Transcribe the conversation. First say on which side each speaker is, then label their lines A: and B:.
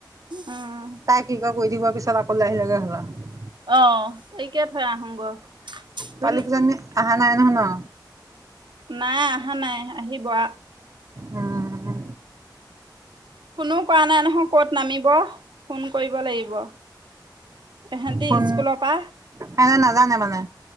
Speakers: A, on the right; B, on the right.
A: উম
B: তাইক কি কৰে কৰি দিব পিছত আকৌ আহিলেগে হ'ল আও।
A: অ' একে থৈ আহোগৈ ধোন
B: পোৱালি কিজনী আহা নাই নহয় ন'?
A: নাই আহা নাই আহিব আ।
B: উম,
A: ফোনো কৰা নাই নহয় ক'ত নামিব, ফোন কৰিব লাগিব। ইহঁতে
B: ফোন
A: স্কুলৰ পৰা
B: সিহঁতে নাজানে মানে